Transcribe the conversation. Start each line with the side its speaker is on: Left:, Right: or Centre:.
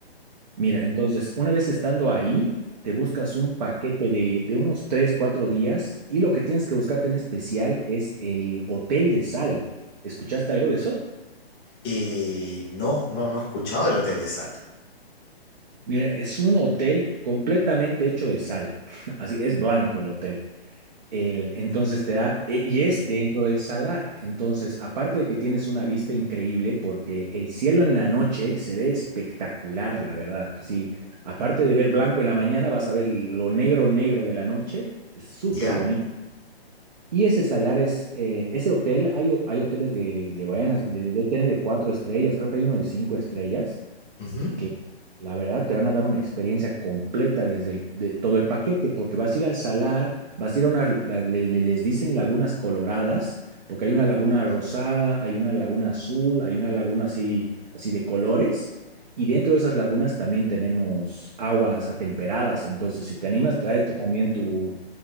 Right: Mira, entonces, una vez estando ahí, te buscas un paquete de, de unos 3 4 días y lo que tienes que buscarte en especial es el Hotel de Sal. ¿Escuchaste algo de eso?
Left: Eh, no, no, no he escuchado del hotel de sal.
Right: Mira, es un hotel completamente hecho de sal. <laughs> Así es blanco el hotel. El, entonces te da, e- y es dentro del salar. Entonces, aparte de que tienes una vista increíble, porque el cielo en la noche se ve espectacular, la verdad. Así, aparte de ver blanco en la mañana, vas a ver lo negro, negro de la noche. Es súper
Left: ¿Ya?
Right: bonito. Y ese salar es, eh, ese hotel, hay, ho- hay hoteles de, de buenas, de, de hoteles de cuatro estrellas, creo que hay uno de cinco estrellas
Left: Ujú.
Right: que la verdad te van a dar una experiencia completa desde el- de todo el paquete, porque vas a ir al salar, vas a ir a una, la- le- le- les dicen lagunas coloradas, porque hay una laguna rosada, hay una laguna azul, hay una laguna así, así de colores, y dentro de esas lagunas también tenemos aguas atemperadas, entonces si te animas, tráete también tu...